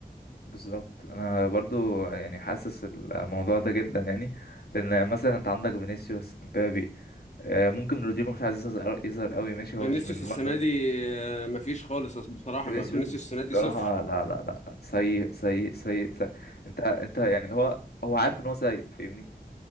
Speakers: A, on the left; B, on the left.
A: بالظبط أنا برضو يعني حاسس الموضوع ده جدا يعني لأن مثلا أنت عندك فينيسيوس مبابي آه، ممكن رودريجو مش عايز يظهر يظهر أوي ماشي هو
B: فينيسيوس
A: مش من النهاردة
B: السنه دي آه، مفيش خالص بصراحه
A: فينيسيوس
B: ما فينيسيوس السنه دي
A: بصراحة
B: صفر
A: لا لا لا لا. سيء سيء سيء سيء انت انت يعني هو هو عارف ان هو سيء فاهمني